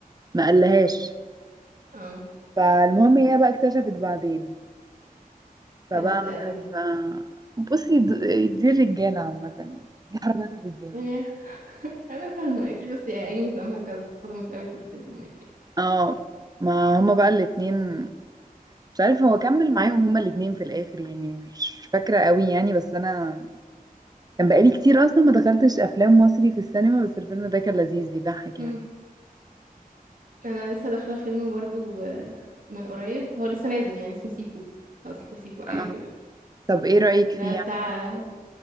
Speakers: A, on the right; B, on the right.
A: ما قالهاش
B: اه
A: فالمهم هي بقى اكتشفت بعدين فبقى
B: ده ندل
A: عملت
B: قوي ده
A: ف... بصي د- دي الرجاله عامه يعني دي حركات الرجاله
B: يعني <laughs> انا فاهمه اكيد بس يا عيني زمانها كانت صدمت قوي في الفيلم
A: اه ما هما بقى الاتنين مش عارفه هو كمل معاهم هما الاتنين في الاخر يعني مش فاكره قوي يعني بس انا كان بقالي كتير اصلا ما دخلتش افلام مصري في السينما بس الفيلم ده كان لذيذ بيضحك
B: يعني
A: يعني
B: انا لسه داخله فيلم برضو آه، من قريب هو لسه نازل يعني اسمه سيكو او سيكو سيكو حاجه
A: اه
B: كده
A: طب ايه رأيك فيه
B: ده بتاع
A: يعني